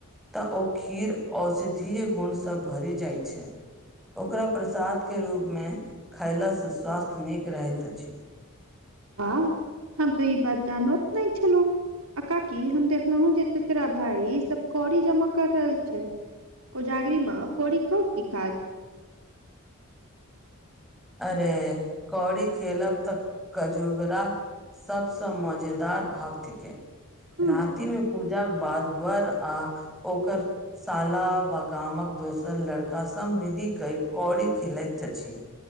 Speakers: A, in the centre; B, on the right.
A: तऽ ओ खीर औषधीय गुण सब भरि जाइ छै। ओकरा प्रसाद के रूप मे खायलास से स्वास्थ्य नीक रहैत अछि।
B: आह हम तऽ ई बात जानत नै छेलूह। आ काकी हम देखलहुँ जे चेचरा भाई ई सब कौड़ी जमा कर रहल छै। कोजागरीमे कोड़ी कऽ की काज
A: अरे कौड़ी खेलब तऽ कजूगरा सबसँ मजेदार भक्त के
B: हँ
A: राति मे पूजा जब बादवर आ ओकर सालाब गामक दोसर लड़कास सब मिली कौड़ी खेलाइत छथि।